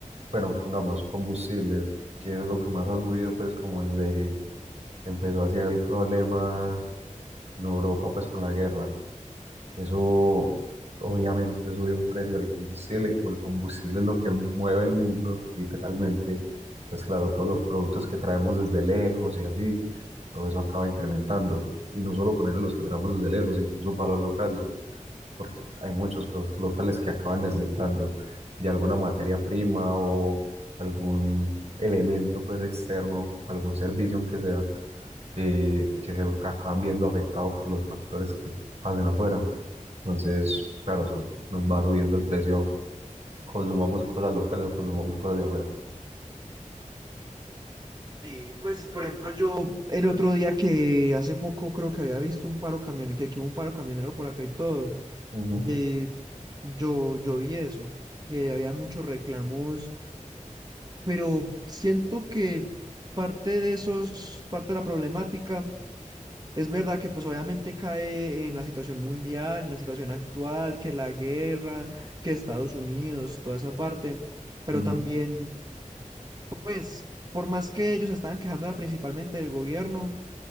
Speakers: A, on the right; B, on the right.
A: bueno, pongamos combustibles, que es lo que más ha subido, pues, como desde que empezó a ser el problema en Europa, pues, con la guerra. Eso obviamente sube un precio del combustible y como el combustible es lo que mueve el mundo, literalmente. Entonces, claro, todos los productos que traemos desde lejos y así, todo eso acaba incrementando. Y no solo ponerle los que traemos desde lejos, incluso para los locales, porque hay muchos productos locales que acaban necesitando de alguna materia prima o algún elemento pues externo, algún servicio aunque sea, eh, que se acaban viendo afectado por los factores que pasen afuera. Entonces, claro, eso nos va subiendo el precio, consumamos cosas locales o consumamos cosas de afuera.
B: Sí, pues por ejemplo yo, El otro día que hace poco creo que había visto un paro camionero, que aquí hubo un paro camionero por acá y todo,
A: Ujú,
B: eh, yo, yo vi eso, que había muchos reclamos, pero siento que parte de esos, parte de la problemática Es verdad que pues obviamente cae en la situación mundial, en la situación actual, que la guerra, que Estados Unidos, toda esa parte, pero
A: ujú.
B: también pues por más que ellos estaban quejándola principalmente del gobierno,